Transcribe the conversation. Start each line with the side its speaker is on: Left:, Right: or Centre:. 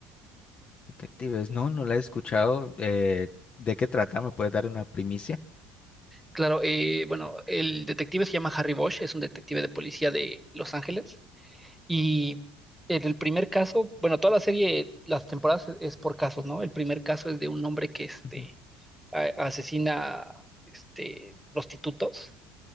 Left: Detectives, no, no la he escuchado. eh, ¿de qué trata? ¿Me puedes dar una primicia?
Centre: Claro, eh, bueno, el detective se llama Harry Bosch, es un detective de policía de Los Ángeles Y en el primer caso, bueno, toda la serie, las temporadas es es por casos, ¿no? El primer caso es de un hombre que este,
Left: Ujú,
Centre: a- asesina este, prostitutos